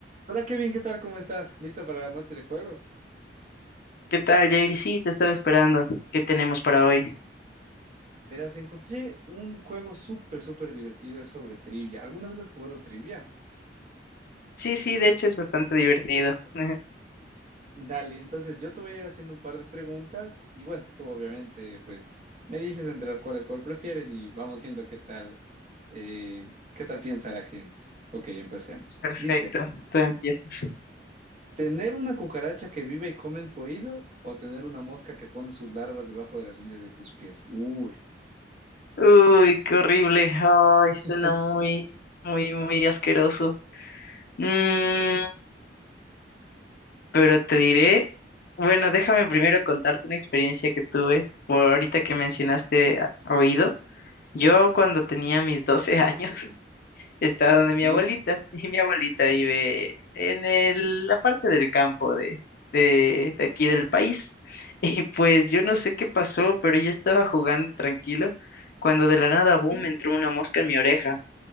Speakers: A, on the right (about 40°); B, on the left (about 55°).
A: Hola Kevin, ¿qué tal? ¿Cómo estás? ¿Listo para la noche de juegos?
B: ¿Qué tal, Jair? Sí, te estaba esperando. ¿Qué tenemos para hoy?
A: Verás, encontré un juego súper, súper divertido, es sobre trivia. ¿Alguna vez has jugado trivia?
B: Sí, sí, de hecho es bastante divertido. <laughs>
A: Dale, entonces yo te voy a ir haciendo un par de preguntas y bueno, tú obviamente pues me dices entre las cuales cuál prefieres y vamos viendo qué tal, eh, qué tal piensa la gente. Ok, empecemos.
B: Perfecto,
A: Dice,
B: tú empiezas.
A: ¿tener una cucaracha que vive y come en tu oído o tener una mosca que pone sus larvas debajo de las uñas de tus pies? Uy,
B: Uy, qué horrible. Ay,
A: <laughs>
B: suena muy, muy, muy asqueroso. Mm, pero te diré, bueno, déjame primero contarte una experiencia que tuve por ahorita que mencionaste a- oído. Yo cuando tenía mis 12 <laughs> años, está donde mi
A: sí,
B: abuelita, <laughs> y mi abuelita vive en el, la parte del campo de, de, de aquí del país. <laughs> Y pues yo no sé qué pasó, pero yo estaba jugando tranquilo cuando de la nada,
A: ok.
B: boom, entró una mosca en mi oreja.